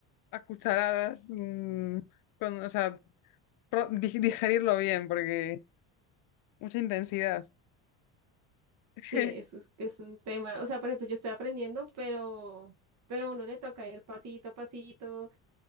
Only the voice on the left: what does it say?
a cucharadas, mm, con, o sea, pro- di- digerirlo bien, porque mucha intensidad. <laughs>